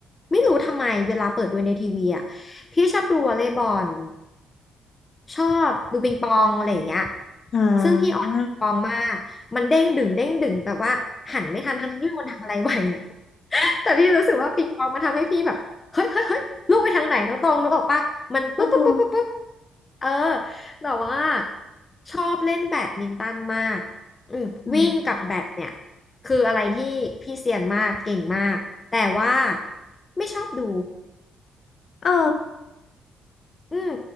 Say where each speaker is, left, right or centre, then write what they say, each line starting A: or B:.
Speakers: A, on the left; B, on the left.
A: ไม่รู้ทำไมเวลาเปิดดูในทีวีอ่ะพี่ชอบดูวอลเลย์บอลชอบดูปิงปองอะไรอย่างเงี้ย
B: อ่า
A: ซึ่งพี่อ่อนปิงปองมากมันเด้งดึงเด้งดึงแบบว่าหันไม่ทันทั้งที่ไมมีคนทำอะไรไว้นะ แต่พี่รู้สึกว่าปิงปองมันทำให้พี่แบบเฮ้ยเฮ้ยเฮ้ยลูกไปทางไหนน้องตองนึกออกปะมันปึ๊บปึ๊บปึ๊บปึ๊บปึ๊บ
B: โอ้โห
A: เออแต่ว่าชอบเล่นแบดมินตันมากอืมวิ่งกับแบดเนี่ย
B: อ่า
A: คืออะไรที่พี่เซียนมากเก่งมากแต่ว่าไม่ชอบดู
B: เออ
A: อืม